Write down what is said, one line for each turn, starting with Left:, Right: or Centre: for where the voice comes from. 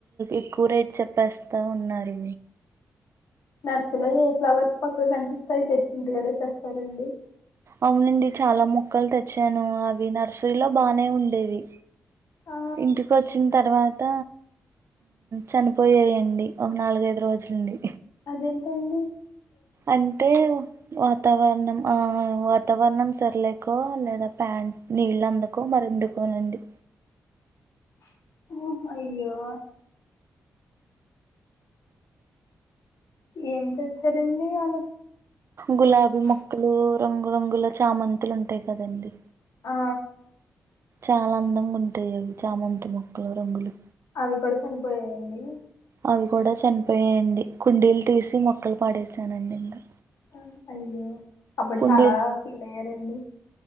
Right: ఎక్వరేట్ చెప్పేస్తా ఉన్నారు
Left: నర్సరలో ఏ ఫ్లవర్స్ కొత్తగా కనిపిస్తాయి తెచ్చిం ఇంటి కడ వకస్తారండి
Right: అవునండి చాలా మొక్కలు తెచ్చాను అవి నర్సరీలో బాగా ఉండేవి
Left: ఆ
Right: ఇంటికి వచ్చిన తర్వాత చనిపోయాేయండి ఒక నాలుగైదు రోజులండి
Left: అదెంతండి
Right: అంటే వాతావరణం ఆ వాతావరణం సర్లేకో లేదా ప్యాంట్ నీళ్ళ అందుకో మరి ఎందుకోనండి
Left: ఓ అయ్యో ఏం తేచ్చారండి వాళ్లా
Right: గులాబీ మొక్కలు రంగురంగుల చామంతులు ఉంటాయి కదండి
Left: ఆ
Right: చాలా అందంగా ఉంటాయి అవి చాలా అంత మక్కలరంగలు
Left: అవి కూడా చనిపోయాయండి
Right: అవి కూడా చనిపోయాయండి కుండీలు తీసి మొ పాడేసానునండి ఇంకా
Left: ఆ అయ్యో అప్పుడు
Right: కుండీ
Left: చాలా ఫీల్ అయ్యారండి